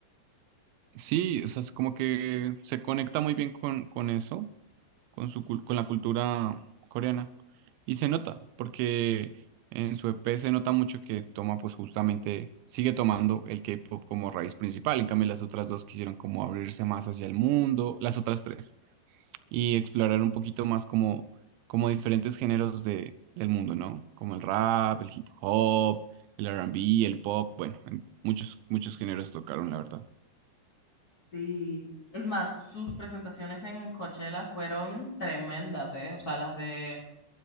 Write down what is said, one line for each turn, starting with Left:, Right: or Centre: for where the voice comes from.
Right: Sí, o sea, es como que se conecta muy bien con, con eso, con su, cul- con la cultura coreana. Y se nota, porque en su EP se nota mucho que toma, pues justamente, sigue tomando el K-pop como raíz principal. En cambio, las otras dos quisieron como abrirse más hacia el mundo, las otras tres, y explorar un poquito más como, como diferentes géneros de, del mundo, ¿no? Como el rap, el hip hop, el R&B, el pop, bueno, en muchos, muchos géneros tocaron, la verdad.
Left: Sí. Es más, sus presentaciones en Coachella fueron tremendas, ¿eh? O sea, las de